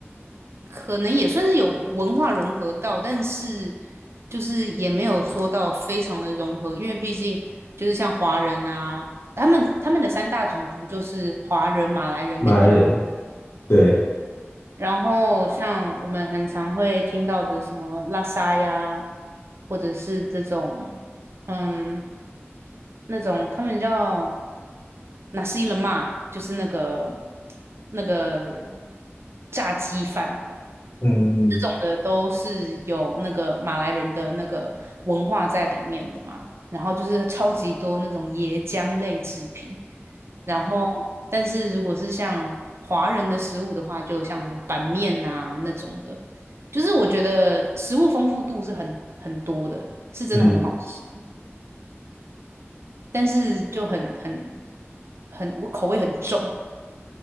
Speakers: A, on the right (about 65°); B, on the left (about 55°).
A: 可能也算是有文化融合到，但是就是也没有说到非常的融合，因为毕竟就是像华人啊，他们他们的三大种族就是华人、马来人跟印度。
B: 马来人，对，
A: 然后像我们很常会听到的什么拉沙呀，或者是这种，嗯，那种他们叫哪是伊勒嘛，就是那个那个炸鸡饭，
B: 嗯
A: 这种的都是有那个马来人的那个文化在里面的嘛。然后就是超级多那种椰浆类制品，然后但是如果是像华人的食物的话，就像什么板面啊那种的，就是我觉得食物丰富度是很很多的，是真的很好吃，
B: 嗯，
A: 但是就很很很我口味很重。